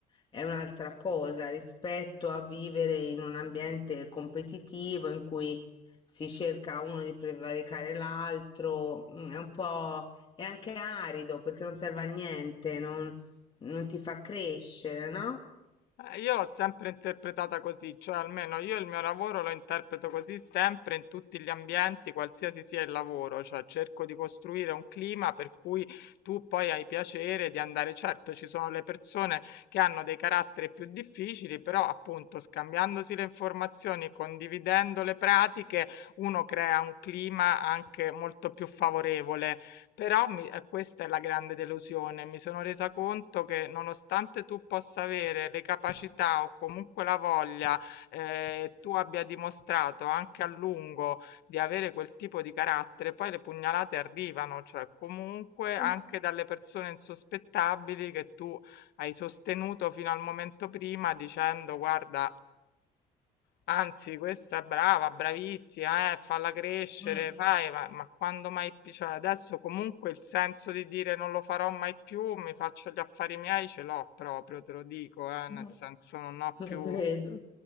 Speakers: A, on the left; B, on the left.
A: è un'altra cosa rispetto a vivere in un ambiente competitivo in cui si cerca uno di prevaricare l'altro, mm, è un po' è anche arido perché non serve a niente, non, non ti fa crescere, no?
B: Eh, Io l'ho sempre interpretata così, cioè almeno io il mio lavoro lo interpreto così sempre in tutti gli ambienti, qualsiasi sia il lavoro, cioè cerco di costruire un clima per cui tu poi hai piacere di andare. Certo, ci sono le persone che hanno dei caratteri più difficili, però appunto scambiandosi le informazioni, condividendo le pratiche, uno crea un clima anche molto più favorevole però mi- eh, questa è la grande delusione. Mi sono resa conto che nonostante tu possa avere le capacità o comunque la voglia, eh, tu abbia dimostrato anche a lungo di avere quel tipo di carattere, poi le pugnalate arrivano, cioè comunque anche
A: Ah,
B: dalle persone insospettabili che tu hai sostenuto fino al momento prima dicendo guarda, Anzi, questa è brava, bravissima, eh, falla crescere,
A: Mm.
B: fai, ma, ma quando mai più, cioè adesso comunque il senso di dire non lo farò mai più, mi faccio gli affari miei, ce l'ho proprio, te lo dico, eh,
A: No,
B: nel senso non ho
A: lo
B: più...
A: credo.